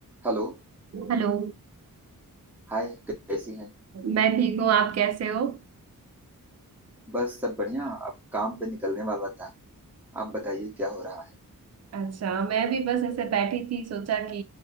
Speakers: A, in the centre; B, on the right (about 50°).
A: Hello
B: Hello
A: Hi कैसी हैं
B: मैं ठीक हूँ आप कैसे हो
A: बस सब बढ़िया अब काम पे निकलने वाला था आप बताइए क्या हो रहा
B: अच्छा मैं भी बस ऐसे बैठी थी सोचा कि